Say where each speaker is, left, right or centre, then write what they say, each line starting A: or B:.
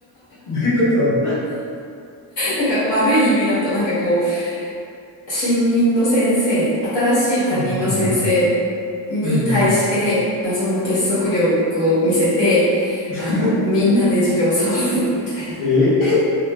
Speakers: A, on the left; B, on the left.
A: ういうことは
B: なんか悪い意味だと、なんかこう、新任の先生、新しい担任の先生に対して、
A: いはいはい。うんうん。
B: 謎の結束力を見せて、
A: <laughs>
B: あの、みんなで授業をサボるみたいな。
A: え <laughs>